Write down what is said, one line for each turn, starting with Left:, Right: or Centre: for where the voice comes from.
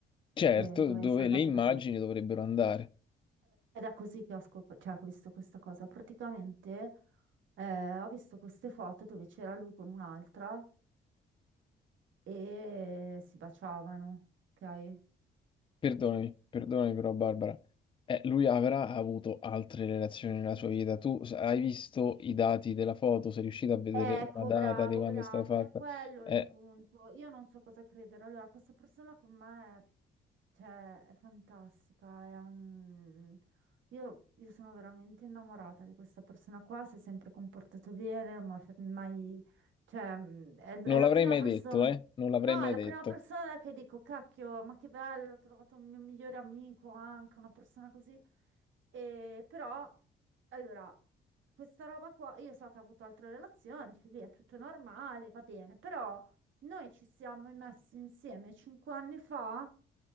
Left: Certo,
Right: Che dove
Left: dove
Right: hai salvato
Left: le immagini
Right: le cose.
Left: dovrebbero andare.
Right: Ed è così che ho scop- cioè, che ho visto questa cosa. Praticamente eh, ho visto queste foto dove c'era lui con un'altra e si baciavano, ok?
Left: Perdonami, perdonami però Barbara. Eh, lui avrà avuto altre relazioni nella sua vita. Tu s- hai visto i dati della foto? Sei riuscito a vedere
Right: Ecco,
Left: una data
Right: bravo,
Left: di quando
Right: bravo,
Left: è stata fatta?
Right: è quello
Left: Eh,
Right: il punto. Io non so cosa credere. Allora, questa persona con me è, cioè, è fantastica. è un- Io, io sono veramente innamorata di questa persona qua. Si è sempre comportato bene, ma mai, cioè, mm, è
Left: non
Right: è la
Left: l'avrei
Right: prima
Left: mai
Right: persona.
Left: detto, eh? Non l'avrei
Right: No,
Left: mai
Right: è la
Left: detto.
Right: prima persona che dico, cacchio, ma che bello, ho trovato un mio migliore amico anche, una persona così. E, però, allora, questa roba qua, io so che ha avuto altre relazioni, figli, è tutto normale, va bene, però noi ci siamo messi insieme cinque anni fa,